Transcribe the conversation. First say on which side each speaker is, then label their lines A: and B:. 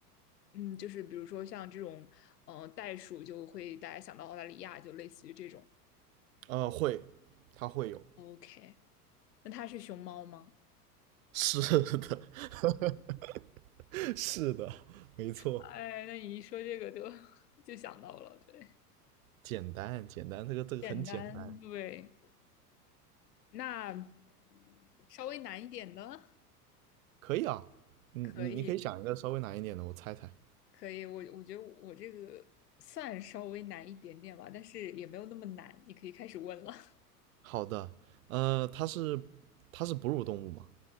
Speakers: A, on the left; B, on the right.
A: 嗯，就是比如说像这种，嗯，袋鼠就会大家想到澳大利亚，就类似于这种。
B: 呃，会，它会有，
A: OK，那它是熊猫吗？
B: <laughs> 是的，<laughs> 是的，没错，
A: 哎，那你一说这个就 <laughs> 就想到了，对。
B: 简单，简单，这个这个很简单，
A: 简单，对，那稍微难一点的
B: 可以啊。你你你可以想一个稍微难一点的，
A: 可以
B: 我猜猜。
A: 可以，我我觉得我这个算稍微难一点点吧，但是也没有那么难，你可以开始问了。<laughs>
B: 好的，呃，它是它是哺乳动物吗？